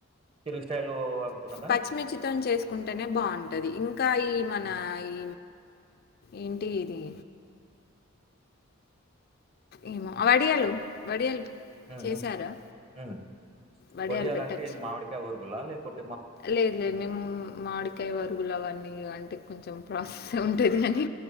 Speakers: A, on the right; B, on the left.
A: తెలు పో అనుకున్న
B: పచ్చిమిర్చితం చేసుకుంటేనే బావుంటది ఇంకా ఈ మన ఈ ఏంటి ఇది? ఏమో వడియాలు వడియాలు
A: ఆహా
B: చేసారా
A: ఉ
B: వడియాలు
A: వడియాలంటే
B: పెట్టచ్చు
A: ఇది మామిడికాయ వరుగుల్లా లేపోతే
B: లేదు లేదు మేము మాడికాయ వరుగులు అవన్నీ అంటే కొంచెం ప్ర ఆ ఉంటది కాని